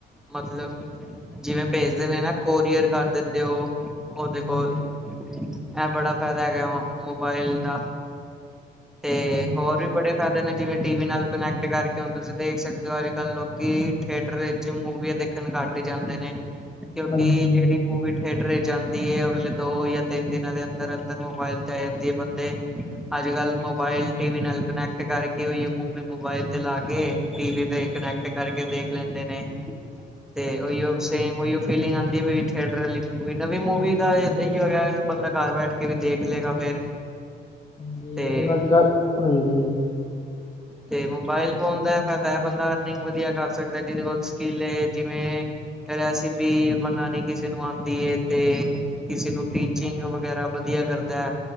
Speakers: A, in the centre; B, on the left.
A: ਮਤਲਬ- ਜਿਵੇਂ ਭੇਜ ਦੇ ਨਾ ਕੋਰੀਅਰ ਕਰ ਦਿੰਦੇ ਓ ਉਹਦੇ
B: ਹਾਂਜੀ
A: ਕੋਲ, ਇਹ ਬੜਾ ਫਾਇਦਾ ਹੈਗਾ ਮੋਬਾਇਲ ਦਾ। ਤੇ
B: ਹਾਂਜੀ
A: ਹੋਰ ਵੀ ਬੜੇ ਫੈਦੇ ਨੇ ਜਿਵੇਂ ਟੀ ਵੀ ਨਾਲ ਕਨੈਕਟ ਕਰਕੇ ਹੁਣ ਤੁਸੀਂ ਦੇਖ ਸਕਦੇ ਹੋ ਅੱਜਕੱਲ੍ਹ ਲੋਕੀ ਥੀਏਟਰ ਵਿੱਚ ਮੂਵੀਆਂ ਦੇਖ ਦੇਖਣ ਘੱਟ ਜਾਂਦੇ ਨੇ ਕਿਉਂਕਿ
B: ਹਾਂਜੀ
A: ਜਿਹੜੀ
B: ਹਾਂਜੀ
A: ਮੂਵੀ ਥੀਏਟਰ ਵਿੱਚ ਜਾਂਦੀ ਏ ਅਗਲੇ ਦੋ ਜਾਂ ਤਿੰਨ ਦਿਨਾਂ ਦੇ ਅੰਦਰ-ਅੰਦਰ ਮੋਬਾਇਲ ਤੇ ਆ ਜਾਂਦੀ ਏ ਬੰਦੇ ਅੱਜ-ਕੱਲ੍ਹ। ਮੋਬਾਇਲ ਟੀ ਵੀ ਨਾਲ ਕਨੈਕਟ ਕਰਕੇ ਓਹੀਓ ਮੂਵੀ ਮੋਬਾਇਲ ਤੇ ਲਾ ਕੇ, ਟੀ ਵੀ ਤੇ ਕਨੈਕਟ ਟ ਕਰਕੇ ਦੇਖ ਲੈਂਦੇ ਨੇਂ।
B: <inaudible>
A: ਤੇ ਉਹੀਓ,
B: ਹਾਂਜੀ
A: ਸੇਮ ਉਹੀਓ ਫੀਲਿੰਗ ਆਂਦੀ ਹੈ ਬਈ ਥੀਏਟਰ ਆਲੀ ਮੂਵੀ ਨਵੀਂ ਮੂਵੀ ਦਾ ਇਹੀ ਹੈਗਾ ਬੰਦਾ ਘਰ ਬੈਠ ਕੇ ਵੀ ਦੇਖ ਲਏਗਾ ਫੇਰ।
B: ਹਾਂਜੀ
A: ਤੇ
B: ਹੁਨ ਅੱਜ ਕੱਲ, ਹਾਂਜੀ।
A: ਤੇ ਮੋਬਾਇਲ ਫੋਨ ਦਾ ਫਾਇਦਾ ਹੈ ਬੰਦਾ ਅਰਨਿੰਗ ਵਧੀਆ ਕਰ ਸਕਦਾ ਏ ਜਿਹਦੇ ਕੋਲ ਸਕਿੱਲ ਏ ਜਿਵੇਂ ਰੈਸਿਪੀ ਬਨਾਨੀ ਕਿਸੇ ਨੂੰ ਆਂਦੀ ਏ ਤੇ ਕਿਸੇ ਨੂੰ ਟੀਚਿੰਗ ਵਗੈਰਾ ਵਧੀਆ ਕਰਦਾ,